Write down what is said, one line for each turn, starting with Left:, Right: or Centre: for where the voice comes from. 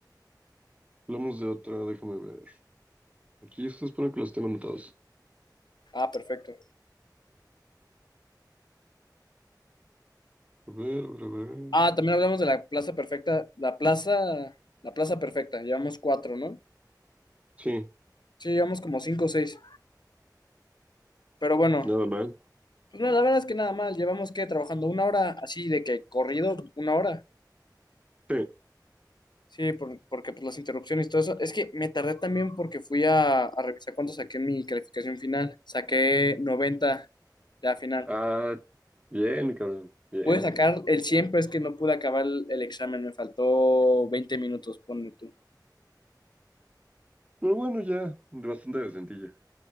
Right: Hablamos de otra, déjame ver. Aquí esto espero que los tengo anotados.
Left: Ah, perfecto.
Right: A ver, a ver, a ver.
Left: Ah, también hablamos de la plaza perfecta. La plaza, la plaza perfecta. Llevamos cuatro, ¿no?
Right: Sí,
Left: Sí, llevamos como cinco o seis. Pero bueno,
Right: nada mal.
Left: Pues mira, la verdad es que nada mal, llevamos que trabajando una hora así de que corrido, una hora.
Right: Sí.
Left: Sí, por- porque pues las interrupciones y todo eso. Es que me tardé también porque fui a, a revisar cuánto saqué en mi calificación final. Saqué 90 ya final.
Right: Ah, bien, cabrón. Bien.
Left: Pude sacar el 100 pero es que no pude acabar el, el examen. Me faltó 20 minutos, ponle tú.
Right: Pero bueno, ya, bastante decentilla.